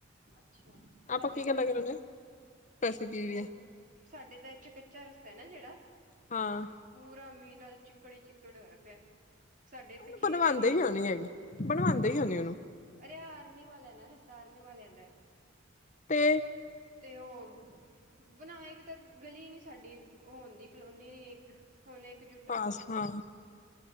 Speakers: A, on the right; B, on the left.
A: ਅੱਛਾ
B: ਆਪਾਂ
A: ਸਾਡੇ
B: ਕੀ ਗੱਲਾਂ
A: ਤਾਂ ਇੱਥੇ
B: ਕਰਨ ਡੇ ਰੈਸਿਪੀ
A: ਉਹ
B: ਦੀਆਂ
A: ਸਾਡੇ ਤਾਂ ਇਥੇ ਕੱਚਾ ਰਸਤਾ ਹੈ ਨਾ ਜਿਹੜਾ
B: ਹਾਂ
A: ਪੂਰਾ ਮੀਂਹ ਨਾਲ ਚਿੱਕੜ ਹੀ ਚਿੱਕੜ ਹੋਇਆ ਪਿਆ ਸਾਡੇ ਇਥੇ
B: ਉਹਨੂੰ
A: ਖੇਤ
B: ਬਣਵਾਉਂਦੇ
A: ਹੀ ਖੇ
B: ਹੋਣੀ ਹੈਗੀ ਬਣਵਾਉਂਦੇ ਹੀ ਹੋਣੀ ਉਹਨੂੰ
A: ਅਰੇ ਆਰਮੀ ਵਾਲਾ ਨਾ ਰਸਤਾ ਆਰਮੀ ਵਾਲਿਆਂ ਦਾ।
B: ਤੇ
A: ਤੇ ਉਹ ਬਣਾਏ ਇੱਕ ਤਾਂ ਗਲੀ ਨੀ ਸਾਡੀ ਹੁੰਦੀ ਕਲੋਨੀ ਨੀ ਇੱਕ ਹੁਣ ਇੱਕ ਜੁੱ
B: ਬਸ ਹਾਂ